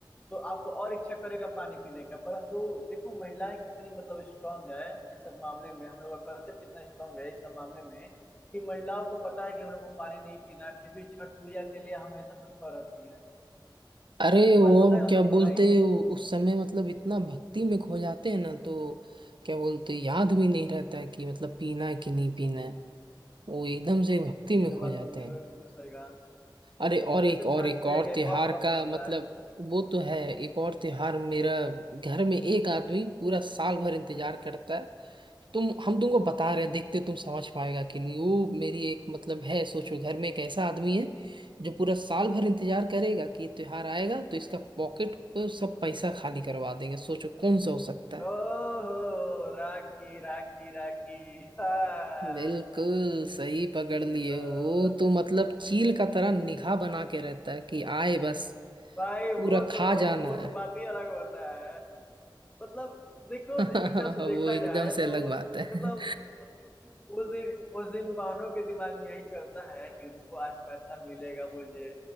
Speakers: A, on the left (about 15°); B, on the right (about 75°).
A: तो आपको और इच्छा करेगा पानी पीने का परंतु देखो महिलाएं कितनी मतलब स्ट्रांग है इस सब मामले में हम लोग का कल्चर कितना स्ट्रांग है इस सब मामले में कि महिलाओं को पता है कि हम लोग को पानी नहीं पीना है फिर भी छठ पूजा के लिए हमेशा तत्पर रहती हैं
B: अरे
A: ये
B: और
A: बात पता है ना
B: क्या
A: तुमको
B: बोलते
A: भाई
B: उ- उस समय मतलब इतना भक्ति में खो जाते हैं ना तो क्या बोलते हैं, याद भी नहीं रहता है कि मतलब पीना है कि नहीं पीना है वो एकदम से भक्ति
A: ये
B: में
A: तो
B: खो
A: बात
B: जाते
A: तुमने
B: हैं
A: भी बिल्कुल सही कहा
B: अरे और एक
A: वैसे छठ
B: और एक
A: पूजा
B: और
A: का एक
B: त्योहार
A: और प्रॉफिट
B: का
A: होता
B: मतलब
A: है
B: वो तो है एक और त्योहार मेरा घर में एक आदमी पूरा साल भर इंतजार करता है तुम हम तुमको बता रहे हैं देखते तुम समझ पाएगा कि नहीं वो मेरी एक मतलब है सोचो घर में एक ऐसा आदमी है जो पूरा साल भर इंतजार करेगा कि ये त्योहार आएगा तो इसका पॉकेट को सब पैसा खाली करवा देंगे सोचो कौन सा हो सकता है
A: ओहो राखी राखी राखी <laughs> हाँ
B: बिल्कुल सही पकड़ लिए
A: हाँ।
B: हो। वो तो मतलब चील का तरह निगाह बना के रहता है कि आए बस
A: भाई
B: पूरा
A: वो
B: खा
A: तो
B: जाना
A: वो
B: है
A: तो बात ही अलग होता है मतलब देखो
B: <laughs>
A: एक तरफ से देखा
B: वो एकदम
A: जाए
B: से अलग
A: तो
B: बात है
A: मतलब उस दिन उस दिन बहनों के दिमाग में यही चलता है कि रुको आज पैसा मिलेगा मुझे